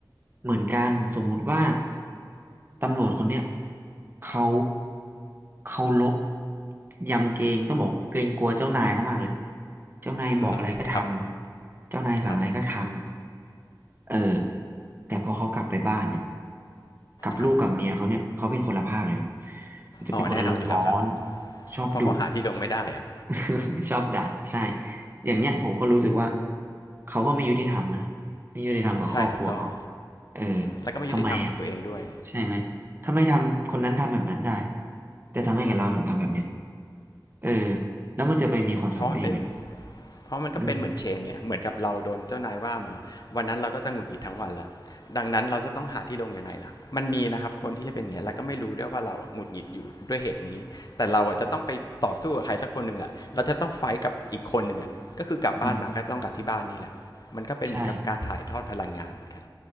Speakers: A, on the right; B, on the left.
A: เหมือนกันสมมุติว่าตำรวจคนเนี้ยเขาเขาลบยำเกรงต้องบอกเกรงกลัวเจ้านายเขามากเลยเจ้านายบอกอะไรก็ทำเจ้านายสั่งอะไรก็ทำ
B: อือฮึครับครับ
A: เออแต่พอเขากลับไปบ้านเนี่ยกับลูกกับเมียเขาเนี่ยเขาเป็นคนละภาพเลย
B: ครับ
A: จะเป็นคนอารมณ์ร้อน
B: อ๋อแน่นอนอยู่แล้วครับ
A: ชอบดุ
B: เพราะเขาหาที่ลงไม่ได้อะ
A: <laughs> ชอบด่าใช่อย่างเนี้ยผมก็รู้สึกว่าเขาก็ไม่ยุติธรรมนะไม่ยุติธรรมกับครอบครัวเขา
B: ใช่ถูกต้อง
A: เออ
B: แล้วก็ไม่ยุติธรรมกับตัวเองด้วย
A: ทำไมอ่ะใช่ไหมถ้าไม่ทำคนนั้นทำแบบนั้นได้แต่ทำไมกับเราถึงทำแบบเนี้ยเออแล้วมันจะไปมีความสุขได้ยังไง
B: เพราะมันเป็น เพราะมันก็เป็นเหมือนเชนเนี่ยเหมือนกับเราโดนเจ้านายว่ามาวันนั้นเราก็จะหงุดหงิดทั้งวันละ
A: อืม
B: ดังนั้นเราจะต้องหาที่ลงยังไงล่ะมันมีนะครับคนที่จะเป็นอย่างเงี้ยแล้วก็ไม่รู้ด้วยว่าเราอหงุดหงิดอยู่ด้วยเหตุนี้แต่เราจะต้องไปต่อสู้กับใครสักคนหนึ่งแหละเราจะต้องไฟท์กับอีกคนหนึ่งอ่ะก็คือกลับบ้านมาก็ต้องกลับที่บ้านนี่แหละมันก็เป็นเหมือนกับการถ่ายทอดพลังงานกัน
A: อืมใช่